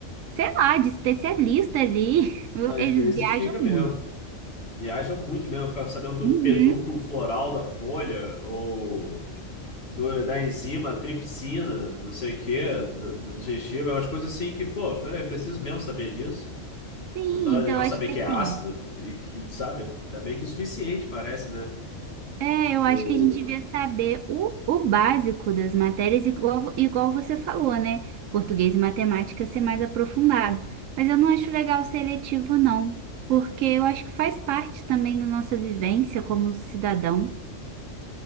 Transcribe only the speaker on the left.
Às
vezes
fica
mesmo. Viajam muito mesmo, ficam sabendo do
pedúnculo floral da folha, ou... do- da enzima tripsina, não sei o quê, do, do digestivo, é umas coisas assim que, pô, peraí, preciso mesmo saber disso.
Não tá legal
saber
que
é ácido e que, sabe? Tá meio que o suficiente, parece, né?
O...